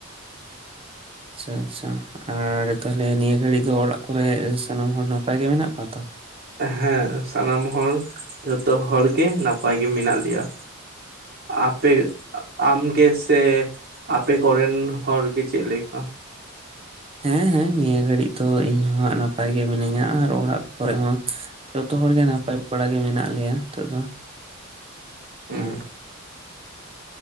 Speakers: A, on the right; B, on the right.
A: ᱟᱪᱪᱷᱟ ᱟᱪᱪᱷᱟ ᱟᱨ ᱛᱟᱦᱚᱸᱞᱮ ᱱᱤᱭᱟᱹ ᱜᱷᱟᱹᱲᱤᱡ ᱫᱚ ᱚᱲᱟᱜ ᱠᱚᱨᱮ ᱥᱟᱱᱟᱢ ᱦᱚᱲ ᱱᱟᱯᱟᱭ ᱜᱮ ᱢᱮᱱᱟᱜ ᱠᱚᱣᱟ ᱛᱚ?
B: ᱦᱮᱸ ᱥᱟᱱᱟᱢ ᱦᱚᱲ ᱡᱚᱛᱚ ᱦᱚᱲ ᱜᱮ ᱱᱟᱯᱟᱭ ᱜᱮ ᱢᱮᱱᱟᱜ ᱞᱮᱭᱟ᱾ ᱟᱯᱮ ᱟᱢ ᱜᱮ ᱥᱮ ᱟᱯᱮ ᱠᱚᱨᱮᱱ ᱦᱚᱲ ᱜᱮ ᱪᱮᱫ ᱞᱮᱠᱟ?
A: ᱦᱮᱸ ᱦᱮᱸ ᱱᱤᱭᱟᱹ ᱜᱷᱟᱹᱲᱤᱡ ᱫᱚ ᱤᱧ ᱦᱚᱸ ᱱᱟᱯᱟᱭ ᱜᱮ ᱢᱤᱱᱟᱹᱧᱟ ᱟᱨ ᱚᱲᱟᱜ ᱠᱚᱨᱮ ᱦᱚᱸ᱾ ᱡᱚᱛᱚ ᱦᱚᱲᱜ ᱜᱮ ᱱᱟᱯᱟᱭ ᱵᱟᱲᱟ ᱜᱮ ᱢᱮᱱᱟᱜ ᱞᱮᱭᱟ ᱱᱤᱛᱚᱜ ᱫᱚ
B: ᱦᱩᱸ
A: ᱟ